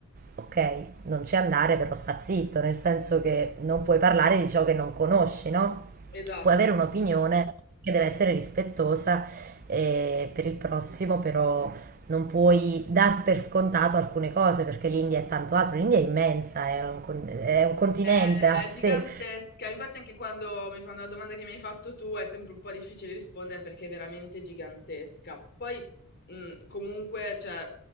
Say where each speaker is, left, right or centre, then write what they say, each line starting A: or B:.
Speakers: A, on the right (about 40°); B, on the left (about 45°).
A: Ok, non ci andare, però sta zitto, nel senso che non puoi parlare di ciò che non conosci, no?
B: esatto.
A: Puoi avere un'opinione che deve essere rispettosa eh, per il prossimo, però non puoi dar per scontato alcune cose, perché l'India è tanto altro. L'India è immensa, è un, con- è un continente
B: È
A: a sé.
B: gigantesca, infatti anche quando mi fanno la domanda che mi hai fatto tu è sempre un po' difficile rispondere perché è veramente gigantesca. Poi mh, comunque, cioè,